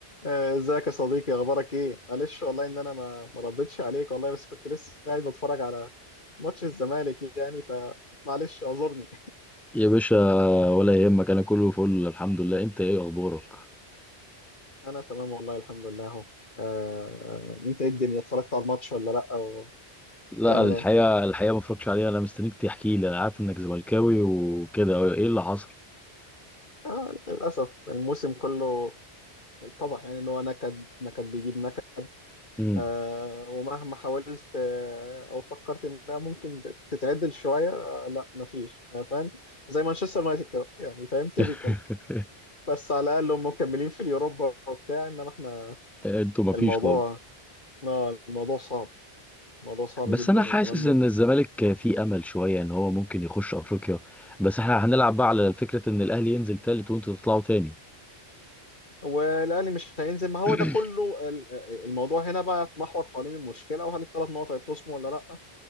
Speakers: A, on the left; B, in the centre.
A: آه، ازيك يا صديقي اخبارك ايه معلش والله ان انا ما ما ردتش عليك والله بس كنت لسه قاعد بتفرج على ماتش الزمالك يعني فمعلش اعذرني
B: يا باشا ولا يهمك انا كله فل الحمد لله انت ايه اخبارك
A: <laughs> انا تمام والله الحمد لله اهو آه، انت ايه الدنيا اتفرجت على الماتش ولا لا وبتعمل
B: لا الحقيقه
A: ايه
B: الحقيقه ما اتفرجتش عليها انا مستنيك تحكي لي انا عارف انك زملكاوي وكده ايه اللي حصل
A: آه، للاسف الموسم كله اتضح يعني ان هو نكد نكد بيجيب نكد
B: امم
A: آه، ومهما حاولت آه، او فكرت انها ممكن تتعدل شويه آه، لا مفيش آه، فاهم زي مانشستر يونايتد كده يعني فاهم typical
B: <laughs>
A: بس على الاقل هم مكملين في اليوروبا وبتاع انما احنا
B: انتوا ما
A: الموضوع
B: فيش خالص
A: اه الموضوع صعب الموضوع صعب
B: بس
A: جدا
B: انا حاسس
A: وكمان م...
B: ان الزمالك فيه امل شويه ان هو ممكن يخش افريقيا بس احنا هنلعب بقى على فكره ان الاهلي ينزل تالت وانتوا تطلعوا تاني
A: والاهلي مش هينزل ما هو
B: <clears throat>
A: ده كله ال- الموضوع هنا بقى يتمحور حوالين المشكله وهل الثلاث نقط هيتخصموا ولا لا